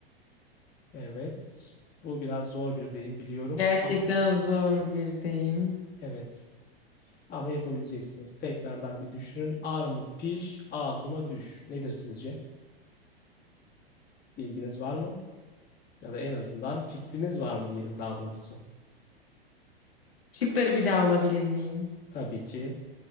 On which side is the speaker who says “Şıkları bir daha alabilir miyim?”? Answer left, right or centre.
Left